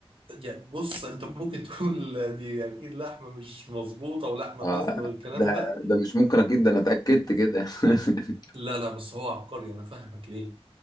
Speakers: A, on the right (about 60°); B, on the left (about 40°).
A: يعني بص انت ممكن <laughs> تقول دي اكيد لحمة مش مظبوطة ولحمة
B: آه
A: فاسدة والكلام
B: ده
A: ده
B: ده مش ممكن اكيد ده انا اتأكدت كده <laughs>
A: لا لا بس هو عبقري انا فاهمك ليه